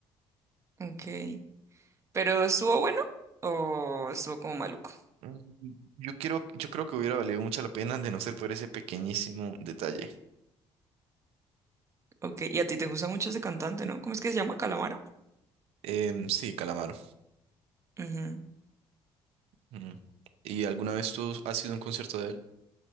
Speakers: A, on the right (about 30°); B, on the right (about 80°).
A: Ok. ¿Pero estuvo bueno o estuvo como maluco?
B: Mm, Yo quiero, yo creo que hubiera valido mucho la pena de no ser por ese pequeñísimo detalle.
A: Ok. Y a ti te gusta mucho ese cantante, ¿no? ¿Cómo es que se llama? ¿Calamaro?
B: Em, sí, Calamaro.
A: Ujú.
B: Ujú. ¿Y alguna vez tú has sido a un concierto de él?